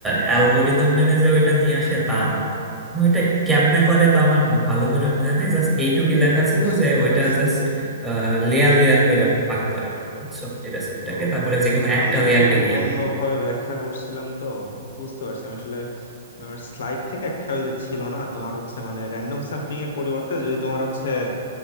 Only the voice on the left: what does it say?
বুঝতে
পারছি
ও
আচ্ছা
আচ্ছা
আমি একটু
অন্যভাবে
ব্যাখ্যা করছিলাম তো বুঝতে পারছি আমি আসলে ম্যামের স্লাইড থেকে একটা ওই যে ছিল না তোমার হচ্ছে মানে র্যান্ডম স্যাম্পলিং এর পরিবর্তে যদি তোমার হচ্ছে